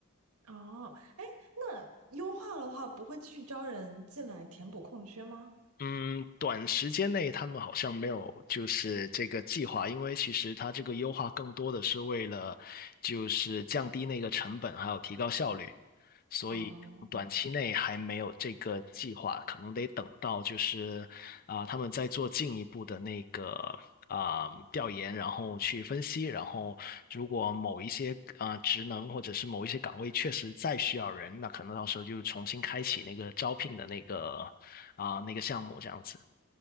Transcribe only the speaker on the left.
嗯，短时间内他们好像没有就是这个计划，因为其实它这个优化更多的是为了就是降低那个成本，还有提高效率。所以短期内还没有这个计划，
可能得等到就是啊、他们在做进一步的那个啊、调研，然后去分析，然后如果某一些啊、职能或者是某一些岗位确实再需要人，那可能到时候就重新开启那个招聘的那个啊、那个项目这样子。